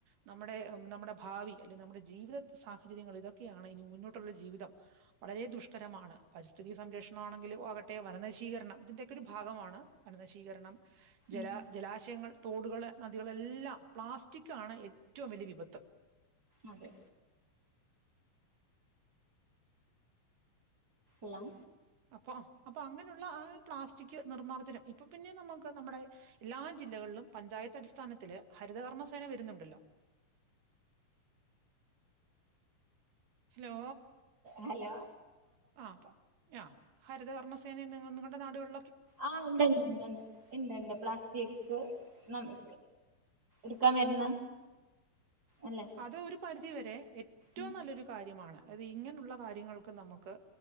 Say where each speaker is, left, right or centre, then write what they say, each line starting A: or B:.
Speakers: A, on the right; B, on the right.
A: ന നമ്മുടെ നമ്മുടെ ഭാവി അല്ലെ നമ്മുടെ ജീവിത സാഹചര്യങ്ങൾ ഇതൊക്കെയാണ് ഇനി മുന്നോട്ടുള്ള ജീവിതം വളരെ ദുഷ്കരമാണ് പരിസ്ഥിതി സംരക്ഷണം ആണെങ്കിലും ആകട്ടെ വന നശീകരണം ഇതിന്റെയൊക്കയൊരു ഭാഗമാണ് വനനശീകരണം ജല
B: ഉം
A: ജലാശയങ്ങൾ തോടുകള് നദികള് എല്ലാം പ്ലാസ്റ്റിക് ആണ് ഏറ്റവും വലിയ വിപത്ത്
B: അതേ ഉവ്വ-
A: അപ്പൊ അപ്പൊ അങ്ങനെയുള്ള ആ പ്ലാസ്റ്റിക് നിർമ്മാർജ്ജനം ഇപ്പ പിന്നെ നമുക്ക് നമ്മുടെ എല്ലാ ജില്ലകളിലും പഞ്ചായത്ത് അടിസ്ഥാനത്തില് ഹരിതകർമ്മസേന വരുന്നുണ്ടല്ലോ- ഹലോ
B: ഹലോ
A: ആ ആ ഹരിതകർമ്മസേന നി നിങ്ങളുടെ നാടുകള്
B: ആഹ് ണ്ടണ്ട്ണ്ട്ണ്ട് ഇണ്ട്ണ്ട് പ്ലാസ്റ്റിക് ന മ്. ടുക്കാൻ വരുന്ന അല്ലേ
A: അത് ഒരു പരിധി വരെ- ഏറ്റവും
B: ഉം
A: നല്ലൊരു കാര്യമാണ് അത് ഇങ്ങനൂള്ള കാര്യങ്ങൾക്ക് നമുക്ക്